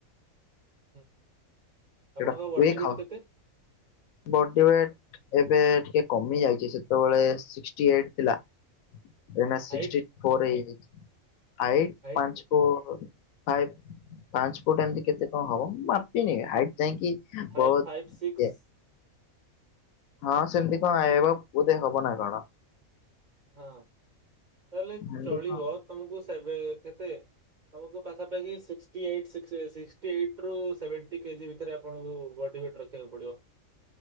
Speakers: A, on the right; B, on the left.
A: ହୁଁ
B: ଯୋଉଟା
A: ଆପଣଙ୍କ ବଡି
B: ହୁଏ ଖାଉ
A: ବିଟ କେତେ?
B: ବଡି ୱେଟ ଏବେ ଟିକେ କମି ଯାଇଛି ସେତେବେଳେ ସିକ୍ସିଏଇଟ ଥିଲା। ଏଇନି ସିକ୍ସିଟି
A: ହାଇଟ୍
B: ଫୋର ହେଇଯାଇଛି ହାଇଟ
A: ହାଇଟ୍
B: ପାଞ୍ଚ ଫ ପାଞ୍ଚ ଫୁଟ ଏମତି କେତେ କଣ ହବ ମୁ ମାପିନି ହାଇଟ୍ ଯାଇକି
A: ଫାଇଭ
B: ବହୁତ
A: ଫାଇଭ ସିକ୍ସ
B: ଇଏ ହଁ ସେମିତି କଣ ଆଇବ ବୋଧେ ହବ ନା କଣ।
A: ହଁ ତାହେଲେ
B: ସେମିତି
A: ଚଳିବ
B: କଣ
A: ତମକୁ ସେବେ କେତେ ତମକୁ ପାଖାପାଖି ସିକ୍ସଟ ଏଠାରୁ ସିକ୍ସ ଏଠାରୁ ସେଭେଣ୍ଟି କେଜି ଭିତରେ ଆପଣଙ୍କୁ ବଡ଼ି ଉଏଟ ରଖିବ ଖିବାକୁ ପଡିବ